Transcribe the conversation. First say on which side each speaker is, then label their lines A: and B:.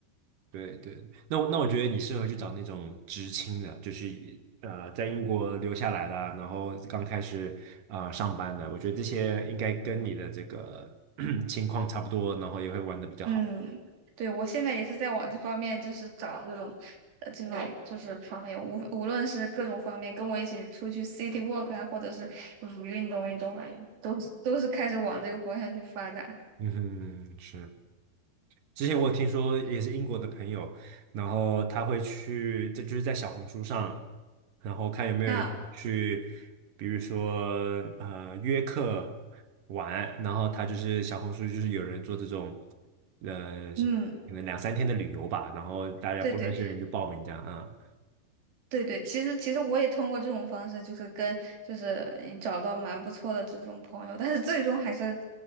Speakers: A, on the right (about 60°); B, on the right (about 90°).
A: 对对。那我那我觉得你适合去找那种知青的，就是呃在英国留下来啦，然后刚开始啊、呃上班的，我觉得这些应该跟你的这个 <clears throat> 情况差不多，然后也会玩的比较好。
B: 嗯，对，我现在也是在往这方面，就是找这种，呃，这种就是朋友，无无论是各种方面，跟我一起出去 city walk 啊，或者是就是运动运动啊，都都是开始往这个方向去发展。
A: 嗯哼，是。之前我有听说也是英国的朋友，然后他会去，这就是在小红书上，然后看有没有人嗯去，
B: 那
A: 比如说呃约客玩，然后他就是小红书就是有人做这种，呃
B: 嗯，
A: 可能两三天的旅游吧，然后大家不认识的人就报名这样啊，
B: 对对。对对，其实其实我也通过这种方式，就是跟就是嗯找到蛮不错的这种朋友，但是最终还是